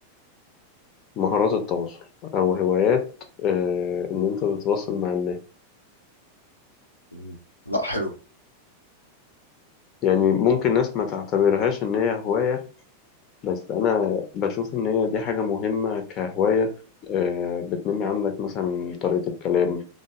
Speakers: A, on the left (about 35°); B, on the left (about 80°).
A: مهارات التواصل أو هوايات أه إن أنت تتواصل مع الناس
B: مم. لا حلو
A: يعني ممكن ناس ما تعتبرهاش إن هي هواية بس أنا بشوف إن هي دي حاجة مهمة كهواية آه، بتنمي عندك مثلا طريقة الكلام